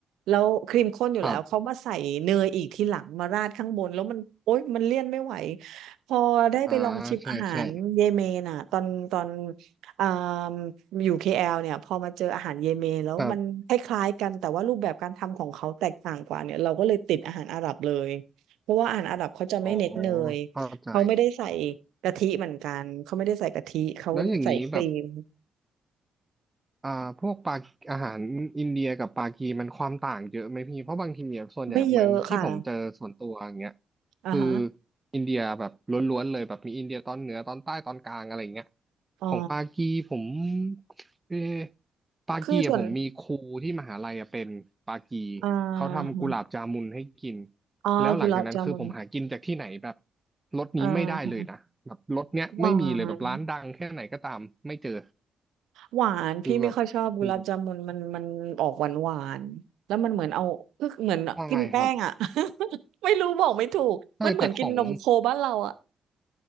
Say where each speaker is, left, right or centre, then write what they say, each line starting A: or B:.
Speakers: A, on the right (about 70°); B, on the right (about 20°).
A: แล้วครีมข้นอยู่แล้วเขามาใส่เนยอีกทีหลังมาราดข้างบนแล้วมันโอ๊ยมันเลี่ยนไม่ไหว
B: ครับ
A: พอได้ไปลองชิมอาหารเยเมนอ่ะตอนตอน
B: อ่าใช่ใช่
A: อ่ามอยู่เคแอลเนี่ยพอมาเจออาหารเยเมนแล้วมันคล้ายๆกันแต่ว่ารูปแบบการทำของเขาแตกต่างกว่าเนี่ยเราก็เลยติดอาหารอาหรับเลย
B: ครับ
A: เพราะว่าอาหารอาหรับเขาจะไม่เน้นเนย
B: อ๋อเข้าใจ
A: เขาไม่ได้ใส่กะทิเหมือนกันเขาไม่ได้ใส่กะทิเขาใส่ครีม
B: แล้วอย่างนี้แบบ อ่าพวกปาอาหารอินเดียกับปากีมันความต่างเยอะไหมพี่เพราะบางทีเนี่ยส่วนใหญ่เหมือนที่ผมเจอส่วนตัวอย่างเงี้ย
A: ไม่เยอะค่ะอ่าฮะ
B: คืออินเดียแบบล้วนๆเลยแบบมีอินเดียตอนเหนือตอนใต้ตอนกลางอะไรเงี้ย
A: อ๋อ
B: ของปากีผมเออปากีอะผมมีครูที่มหาลัยอะเป็นปากี
A: คือส่วนอ่า
B: เขาทำกุหลาบจามุนให้กิน
A: ฮะอ๋อกุหลาบจามุน
B: แล้วหลังจากนั้นคือผมหากินจากที่ไหนแบบรสนี้ไม่ได้เลยนะแบบรสเนี้ยไม่มีเลยแบบร้านดังแค่ไหนก็ตามไม่เจอ
A: อ่าหวาน หวานพี่ไม่ค่อยชอบกุหลาบจามุนมันมันออกหวานหวานแล้วมันเหมือนเอาคือเหมือนกินแป้งอ่ะ
B: คือแบบโห ใช่ครับ
A: <laughs> ไม่รู้บอกไม่ถูกมันเหมือนกินนมโคบ้านเราอ่ะ
B: ใช่แต่ของ